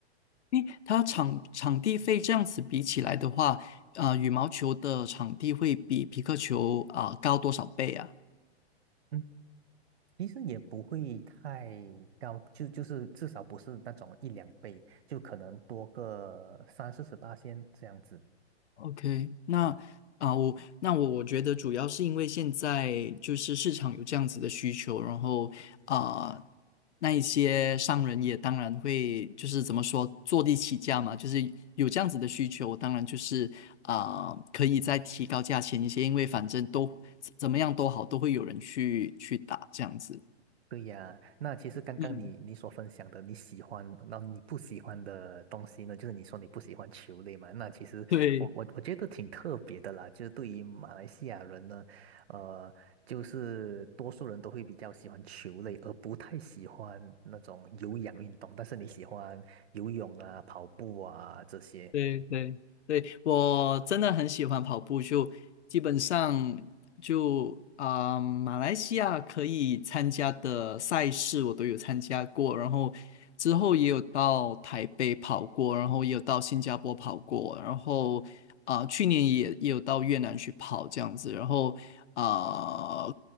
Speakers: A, on the left; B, on the right.
A: 因为它场场地费这样子比起来的话，啊、羽毛球的场地会比皮克球啊、高多少倍啊
B: 嗯。其实也不会太高，就就是至少不是那种一两倍，就可能多个三四十八仙这样子。
A: ？OK，那啊、我那我我觉得主要是因为现在就是市场有这样子的需求，然后啊、那一些商人也当然会就是怎么说坐地起价嘛，就是有这样子的需求，当然就是啊、可以再提高价钱一些，因为反正都怎么样都好，都会有人去去打这样子。
B: 对呀，那其实刚刚你你所分享的你喜欢，
A: 嗯，
B: 那你不喜欢的东西呢，就是你说你不喜欢球类嘛，那其实我我我觉得挺特别的啦，
A: 对
B: 就是对于马来西亚人呢，呃，就是多数人都会比较喜欢球类，而不太喜欢那种有氧运动，但是你喜欢游泳啊、跑步啊这些。
A: 对对对，我真的很喜欢跑步，就基本上就啊、马来西亚可以参加的赛事我都有参加过，然后之后也有到台北跑过，然后也有到新加坡跑过，然后啊、去年也也有到越南去跑这样子，然后啊、